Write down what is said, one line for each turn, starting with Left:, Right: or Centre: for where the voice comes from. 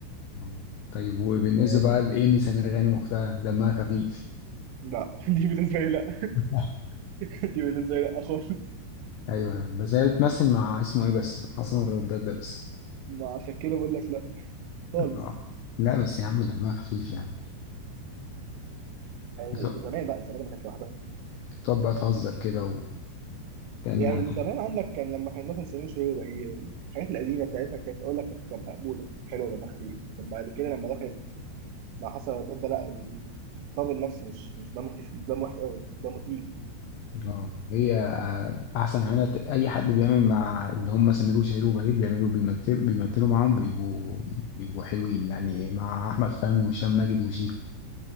Left: مم. طيب وبالنسبه
Right: يعني
Left: بقى لايمي سمير غانم واختها دمها خفيف
Right: لا <laughs> دي بالنسبة لي لا
Left: <laughs>
Right: <laughs> دي بالنسبة لي لا خالص
Left: ايوه بس هي بتمثل مع اسمه ايه بس حسن الرداد ده بس
Right: ما عشان كده بقول لك لا خالص
Left: آه. لا بس يا عم دمها خفيف يعني
Right: يعني
Left: بتق-
Right: زمان بقى زمان ما كانت لوحدها
Left: بتقعد بقى تهزر كده وتعمل
Right: يعني
Left: حاجات حلوة.
Right: زمان عندك كان لما كان مثلا سمير وشهير وبهير الحاجات القديمة بتاعتها كانت أقول لك كانت مقبولة كانت حلوة دمها خفيف لكن بعد كده لما دخلت مع حسن وتبدأ لا الطابل نفسه مش مش دمه خفيف دمه وحش قوي دمه تقيل
Left: اه هي احسن حاجه ت- اي حد بيعمل مع اللي هم سمير وشهير وبهير بيعملوا بيمثلوا بيمثلوا معاهم بيبقوا بيبقوا حلوين يعني مع احمد فهمي وهشام ماجد وشيكو